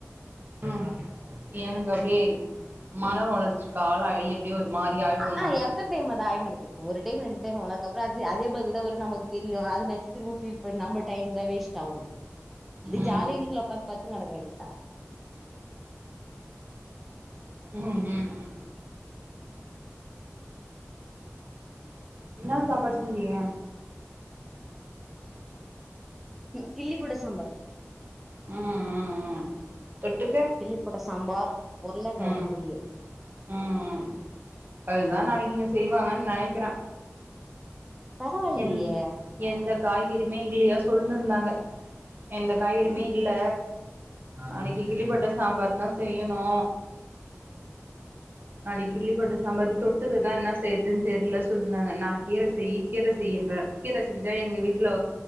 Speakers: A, on the right; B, in the centre.
A: ம் எனக்கு அப்டியே மன வொளச்சிக்கு ஆளாகி அப்டியே ஒரு மாரி ஆயிடுவே
B: ஆனா
A: நானு
B: எத்தன டைம் அது ஆயினு இருக்கு ஒரு டைம் ரெண்டு டைம் போனதுக்கப்ற அது அதே பதில்தாவரு நமக்கு தெரியு அத நெனச்சிதிரும்ப பீல் பண்னி நம்ம டைம் தான் வேஸ்ட் செட் ஆகு அது
A: ம்
B: ஜாலிய வீட்ல உக்காந்து படுத்துனுகெடக்கவேண்டிதா
A: ம் ம் ம் என்னா சாப்பாடு செஞ்சீங்க <inaudible>
B: கில்லி போட்ட சாம்பார்
A: ம் ம் ம் தொட்டுக்க
B: கிள்ளி போட்ட சாம்பார் உருளக்கெழங்கு
A: ம்
B: பொரியல்
A: ம் ம் அதுதா நாளைக்கிங்க செய்வாங்கன் நெனைக்கிறே
B: பரவால்லியே
A: எந் எந்த காய்கறிமே இல்லையா சொல்னுருந்தாங்க எந்த காய்கறிமே இல்ல அன்னைக்கு கிள்ளி போட்ட சாம்பார்தா செய்யணு நாளைக்கு
B: ம்
A: கிள்ளி போட்ட சாம்பாரு தொட்டுக்கதா என்னா செய்றதுன் தெர்ல சொல்ட்ருந்தாங்க நா கீர செய் கீர செய்யுன்ற கீர செஞ்சா எங்க வீட் ல